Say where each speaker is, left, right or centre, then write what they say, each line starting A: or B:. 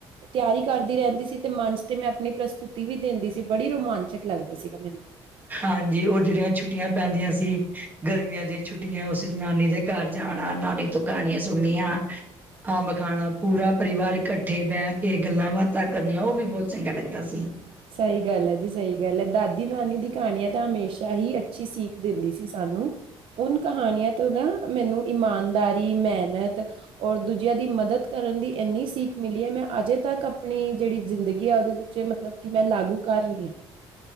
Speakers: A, on the right; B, on the right.
A: ਤਿਆਰੀ ਕਰਦੀ ਰਹਿੰਦੀ ਸੀ ਤੇ ਮੰਚ ਤੇ ਮੈਂ ਆਪਣੀ ਪ੍ਰਸਤੁਤੀ ਵੀ ਦਿੰਦੀ ਸੀ ਬੜੀ ਰੋਮਾਂਚਕ ਲੱਗਦਾ ਸੀਗਾ ਮੈਨੂੰ।
B: ਹਾਂਜੀ ਉਹ ਜਿਹੜੀਆਂ ਛੁੱਟੀਆਂ ਪੈਂਦੀਆਂ ਸੀ ਗਰਮੀਆਂ ਦੀਆਂ ਛੁੱਟੀਆਂ ਉਸ ਚ ਨਾਨੀ ਦੇ ਘਰ ਜਾਣਾ ਨਾਨੀ ਤੋਂ ਕਹਾਣੀਆਂ ਸੁਣਨੀਆ ਅੰਬ ਖਾਣਾ ਪੂਰਾ ਪਰਿਵਾਰ ਇਕੱਠੇ ਬਹਿ ਕੇ ਗੱਲਾਂ ਬਾਤਾਂ ਕਰਨੀਆਂ ਉਹ ਵੀ ਬਹੁਤ ਚੰਗਾ ਲੱਗਦਾ ਸੀ।
A: ਸਹੀ ਗੱਲ ਹੈ ਜੀ ਸਹੀ ਗੱਲ ਹੈ ਦਾਦੀ ਨਾਨੀ ਦੀ ਕਹਾਣੀਆਂ ਤਾਂ ਹਮੇਸ਼ਾ ਹੀ ਅੱਛੀ ਸੀਖ਼ ਦਿੰਦੀ ਸੀ ਸਾਨੂੰ। ਉਨ ਕਹਾਣੀਆਂ ਤੋਂ ਨਾ ਮੈਨੂੰ ਇਮਾਨਦਾਰੀ ਮਿਹਨਤ ਔਰ ਦੂਜਿਆਂ ਦੀ ਮਦਦ ਕਰਨ ਦੀ ਇੰਨੀ ਸੀਖ ਮਿਲੀ ਹੈ ਮੈਂ ਅਜੇ ਤੱਕ ਆਪਣੀ ਜਿਹੜੀ ਜ਼ਿੰਦਗੀ ਆ ਉਹਦੇ ਚ ਮਤਲਬ ਕਿ ਮੈਂ ਲਾਗੂ ਕਰ ਰਹੀ ਆ